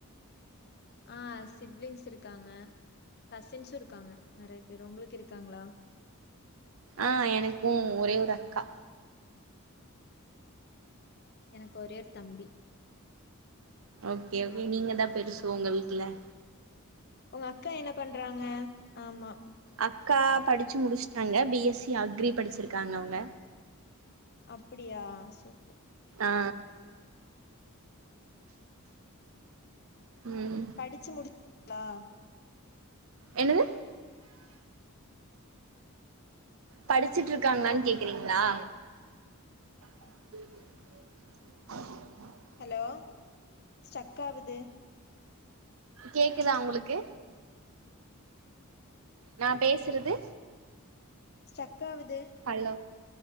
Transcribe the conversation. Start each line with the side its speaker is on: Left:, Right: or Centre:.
Left: ஆ சிப்லிங்ஸ் இருக்காங்க கசின்ஸு இருக்காங்க நெறைய பேர் உங்களுக்கு இருக்காங்ளா
Right: ஆ எனக்கு ஒரே ஒரு அக்கா
Left: ம். எனக்கு ஒரே ஒரு தம்பி
Right: ஓகே ஓகே நீங்கதா பெருசு உங்க வீட்ல
Left: உங்க அக்கா என்ன பண்றாங்க ஆமா
Right: அக்கா படுச்சு முடுச்சுட்டாங்க பிஎஸ்சி அக்ரி படிச்சிருக்காங்க அவங்க
Left: அப்டியா சூப்பர்
Right: ஆ உம்
Left: படிச்சு முடிச் ளா
Right: என்னது படுச்சுட் இருக்காங்களான் கேக்றீங்ளா <inaudible>
Left: ஹலோ ஸ்டக் ஆவுது
Right: கேக்குதா உங்களுக்கு நான் பேசுறது
Left: ஸ்டக் ஆவுது
Right: ஹலோ